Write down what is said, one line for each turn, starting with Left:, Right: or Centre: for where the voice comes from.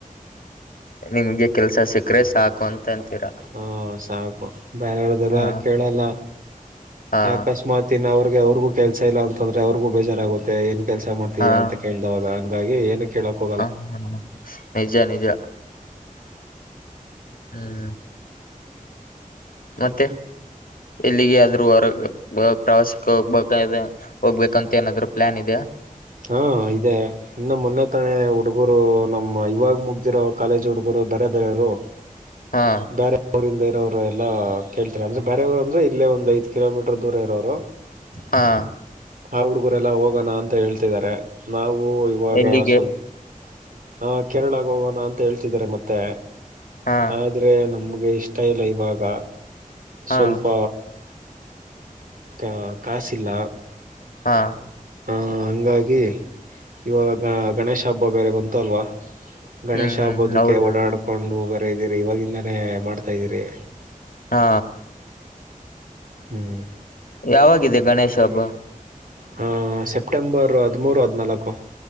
Left: ನಿಮ್ಗೆ ಕೆಲ್ಸ ಸಿಕ್ಕ್ರೆ ಸಾಕು ಅಂತ ಅಂತೀರಾ
Right: ಹ ಸಾಕು ಬೇರೆವ್ರ್ದಲ್ಲ
Left: ಹಾ
Right: ಕೇಳಲ್ಲ
Left: ಹಾ
Right: ಯಕಸ್ಮಾತ್ ಇನ್ ಅವ್ರಿಗೆ ಅವ್ರಿಗೂ ಕೆಲ್ಸ ಇಲ್ಲ ಅಂತಂದ್ರೆ ಅವ್ರಿಗೂ ಬೇಜಾರಾಗುತ್ತೆ ಏನ್ ಕೆಲಸ ಮಾಡ್ತೀಯ
Left: ಹಾ
Right: ಅಂತ ಕೇಳ್ದಾಗ ಹಂಗಾಗಿ ಏನು ಕೇಳಕ್ ಹೋಗಲ್ಲ
Left: ಹ್ಮ ನಿಜ ನಿಜ ಹ್ಮ್ ಮತ್ತೆ ಎಲ್ಲಿಗೆ ಆದ್ರೂ ಹೊರಗ್ ಪ್ರವಾಸಕ್ಕೆ ಹೋಗ್ಬೇಕಾದ ಹೋಗ್ಬೇಕಂತ ಏನಾದ್ರು ಪ್ಲಾನ್ ಇದಿಯಾ
Right: ಹಾಂ ಇದೆ ಇನ್ನು ಮೊನ್ನೆ ತಾನೆ ಹುಡುಗರು ನಮ್ಮ ಇವಾಗ ಮುಗ್ದಿರೋ ಕಾಲೇಜ್ ಹುಡುಗರು ಬರೆ ಬೇರೆಯವರು
Left: ಹಾ
Right: ಬ್ಯಾರೆ ಅವರಿಂದ ಇರೋರು ಎಲ್ಲ ಕೇಳ್ತಾರೆ ಅಂದ್ರೆ ಬೇರೆ ಊರು ಅಂದ್ರೆ ಇಲ್ಲ ಒಂದ್ ಐದು ಕಿಲೋ ಮೀಟರ್ ದೂರ ಇರೋರು
Left: ಹಾ
Right: ಹಾ ಹುಡ್ಗರೆಲ್ಲ ಹೋಗೋಣ ಅಂತ ಹೇಳ್ತಿದ್ದಾರೆ ನಾವು ಇವಾಗ
Left: ಎಲ್ಲಿಗೆ
Right: ಸ್ವಲ್ಪ ಆ ಕೇರಳಕ್ಕೆ ಹೋಗೋಣ ಅಂತ ಹೇಳ್ತಿದ್ದಾರೆ ಮತ್ತೆ
Left: ಹಾ
Right: ಆದ್ರೆ ನಮ್ಗೆ ಇಷ್ಟ ತೈಲ ಇವಾಗ
Left: ಹಾ
Right: ಸ್ವಲ್ಪ ಕ ಕಾಸಿಲ್ಲ
Left: ಹಾ
Right: ಹಾ ಹಾಂಗಾಗಿ ಇವಾಗ ಗಣೇಶ ಹಬ್ಬ ಬೇರೆ ಬಂತು ಅಲ್ವಾ ಗಣೇಶ
Left: ಹ್ಮ್ ಹ್ಮ್
Right: ಹಬ್ಬೋದಕ್ಕೆ
Left: ಹೌದೌದು
Right: ಓಡಾಡ್ಕೊಂಡು ಬರ್ದೀರಿ ಇವಾಗಿಂದಾನೇ ಮಾಡ್ತಾ ಇದ್ದೀರಿ
Left: ಹಾ
Right: ಹ್ಮ್
Left: ಯಾವಾಗಿದೆ ಗಣೇಶ ಹಬ್ಬ
Right: ಹಾ ಸೆಪ್ಟೆಂಬರ್ ಹದಿಮೂರು ಹದಿನಾಲ್ಕು